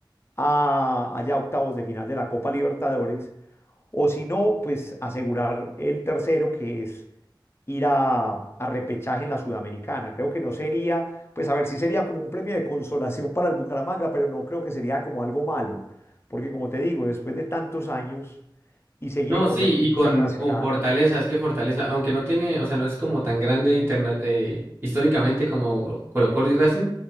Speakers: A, on the left; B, on the right.
A: a, allá octavos de final de la Copa Libertadores, o si no, pues asegurar el tercero que es ir a, a repechaje en la Sudamericana. Creo que no sería, pues a ver, sí sería como un premio de consolación para el Bucaramanga, pero no creo que sería como algo malo, porque como te digo, después de tantos años y seguir
B: No,
A: en competencia
B: sí, y con,
A: internacional,
B: con Fortaleza, es que Fortaleza, aunque no tiene, o sea, no es como tan grande interna- eh, históricamente como Colo-Colo y Racing,